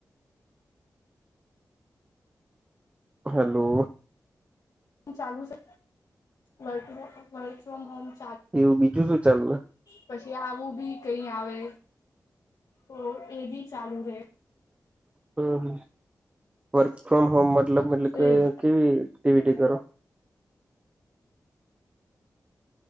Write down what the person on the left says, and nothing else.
ચાલુ છે, વક ફ્રોમ હોમ. <unintelligible>
પછી આવું બી કઈ, આવે તો એ બી ચાલુ રહેે
એજ